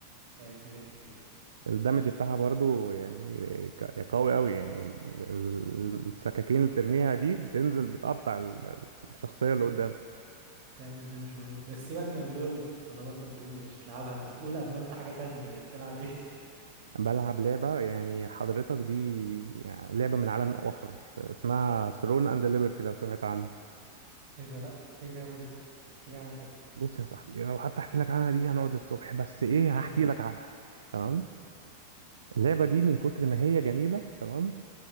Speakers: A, on the right; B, on the right.
A: لعبت بيها كتير
B: الدمج بتاعها برضو يعني ك- قوي أوي يعني ال- السكاكين اللي بترميها دي بتنزل بتقطع ال- الشخصية
A: نعم
B: اللي
A: تعمل دامج مول بس سيبك من لول طالما انت بتقول مش تلعبها انت بتقول ادمنت حاجه تانية بقيت بتلعب ايه
B: بلعب لعبة يعني حضرتك دي يعني لعبة من عالم آخر اسمها ثرون اند ليبرتي لو سمعت عنها
A: <laughs> ايه ده لا ايه اللعبه دي احكي لي عنها كده
B: بص يا صاحبي لو حتى احكي لك عنها دي هنقعد للصبح بس ايه هحكي
A: <laughs>
B: لك عنها تمام اللعبة دي من كتر ما هي جميلة تمام